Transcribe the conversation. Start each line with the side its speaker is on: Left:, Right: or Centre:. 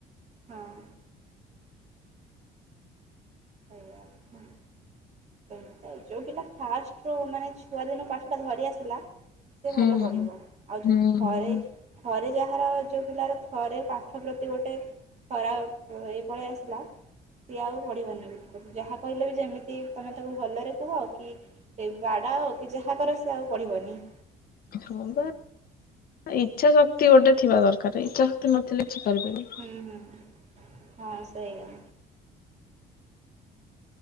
Right: ହଁ। ସେୟା ହଁ। ଏମତି ଯୋଉଁ ପିଲା ଫାଷ୍ଟରୁୁ ମାନେ ଛୁଆଦିନୁ ପାଠଟା ଧରି ଆସିଥିଲା। ସେ
Left: ହୁଁ।
Right: ଭଲ ପଢ଼ିବ, ଆଉ ଯେଉଁ
Left: ହୁଁ
Right: ଥରେ
Left: ହୁଁ
Right: ଥରେ ଯାହାର ଯୋଉ ପିଲାର ଥରେ ପାଠ ପ୍ରତି ଗୋଟେ ଖରା ଏ ପଳେଇ ଆସିଲା ସିଏ ଆଉ ପଢିବନି। ଯାହା କହିଲେ ବି ଯେମିତି ତୁମେ ତାକୁ ଭଲରେ କୁହ କି ସେ ବାଡ଼ା କି ଯାହା କର ସେ ଆଉ ପଢ଼ିବନି।
Left: ହଁ ବା ଇଚ୍ଛା ଶକ୍ତି ଗୋଟେ ଥିବା ଦରକାର ଇଚ୍ଛା ଶକ୍ତି ନଥିଲେ କିଛି କରିବେନି।
Right: ହୁଁ ହୁଁ ହଁ ସେଇୟା।